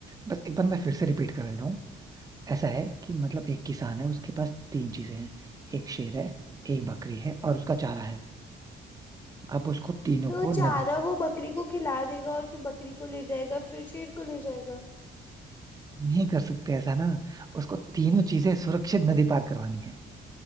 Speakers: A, on the right (about 20°); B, on the left (about 20°).
A: बस एक बार मैं फिर से रिपीट कर देता हूँ ऐसा है कि मतलब एक किसान है उसके पास तीन चीजें हैं एक शेर है एक बकरी है और उसका चारा है अब उसको तीनों
B: तो वो
A: को
B: चारा
A: नदी पार
B: वो बकरी को खिला देगा और फिर बकरी को ले जाएगा फिर शेर को ले जाएगा
A: नहीं कर सकते ऐसा ना उसको तीनों चीजें सुरक्षित नदी पार करवानी है